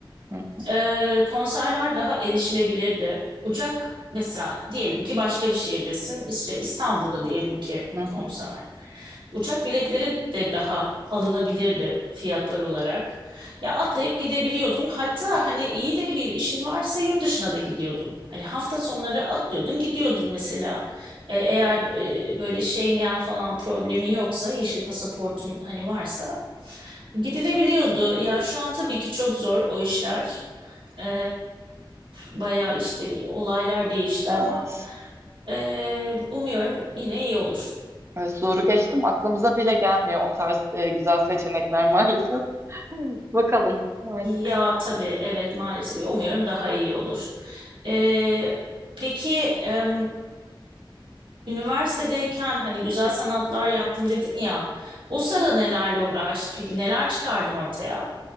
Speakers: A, on the right; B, on the right.
A: Hı
B: e, konserler daha erişilebilirdi. Uçak mesela diyelim ki başka bir şehirdesin işte İstanbul'da diyelim ki
A: hı.
B: konser.
A: hı.
B: Uçak biletleri de daha alınabilirdi fiyatlar olarak. Ya atlayıp gidebiliyordun. Hatta hani iyi de bir işin varsa yurt dışına da gidiyordun. Hani hafta sonları atlıyordun, gidiyordun mesela. E, eğer e, böyle Schengen falan problemi yoksa, yeşil pasaportun hani varsa gidilebiliyordu. Ya şu an tabii ki çok zor o işler. E, bayağı işte olaylar değişti
A: Evet.
B: ama e, umuyorum yine iyi olur.
A: Evet, zoru geçtim. Aklımıza bile gelmiyor o tarz e, güzel seçenekler maalesef. <laughs> Bakalım artık.
B: Ya tabii evet maalesef umuyorum daha iyi olur. Ee, peki em, üniversitedeyken hani güzel sanatlar yaptım dedin ya o sırada nelerle uğraştın peki neler çıkardın ortaya?